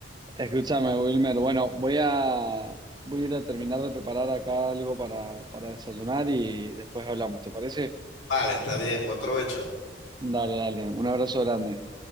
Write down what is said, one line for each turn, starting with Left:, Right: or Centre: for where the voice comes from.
Right: escúchame, Wilmer. Bueno, voy a, voy a ir a terminar de preparar acá algo para, para desayunar y después hablamos, ¿te parece?
Left: Vale, está bien, buen provecho.
Right: Dale, dale. Un abrazo grande.